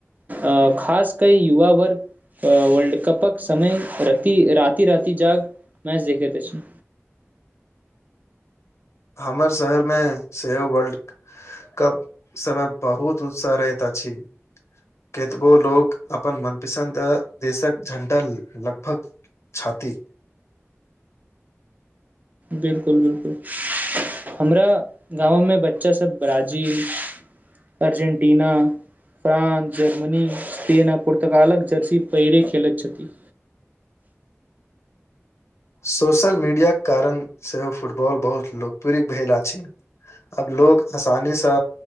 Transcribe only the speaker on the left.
हमर शहर मे सेहो वर्ल्ड कप समय बहुत उत्साह रहैत अछि केतबो लोक अपन मनपसन्द देशक झंडा लगभग छथि
सोशल मीडियाक कारण सेहो फुटबॉल बहुत लोकप्रिय भेल अछि अब लोग आसानी सँ